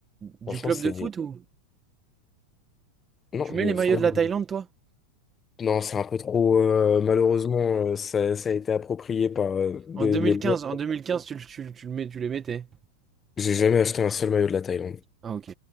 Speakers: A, on the right (about 25°); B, on the left (about 20°).
A: Du
B: Franchement,
A: club
B: c'est...
A: de foot ou?
B: Non,
A: Tu mets
B: le
A: les maillots
B: fan...
A: de la Thaïlande, toi?
B: Non, c'est un peu trop... euh, malheureusement, euh, ça, ça a été approprié par euh, des-
A: En deux
B: les
A: mille
B: bons.
A: quinze, en 2015, tu, le- tu, le- tu le mets, tu les mettais.
B: J'ai jamais acheté un seul maillot de la Thaïlande.
A: Ah, ok.